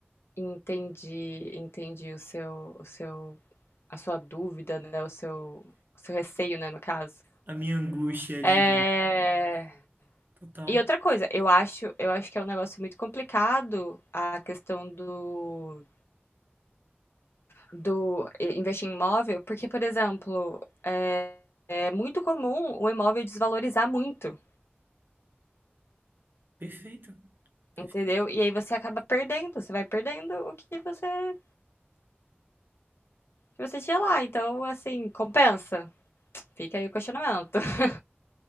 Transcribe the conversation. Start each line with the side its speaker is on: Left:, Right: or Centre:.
Left: Entendi, entendi o seu, o seu, a sua dúvida, né? O seu, o seu receio, né, no caso.
Right: A minha angústia é de
Left: É...
Right: total.
Left: E outra coisa, eu acho, eu acho que é um negócio muito complicado a questão do, do eh, investir em imóvel, porque, por exemplo, é, é muito comum o imóvel desvalorizar muito,
Right: Perfeito. Perfeito.
Left: entendeu? E aí você acaba perdendo, você vai perdendo o que você que você tinha lá. Então, assim, compensa. Fica aí o questionamento. <laughs>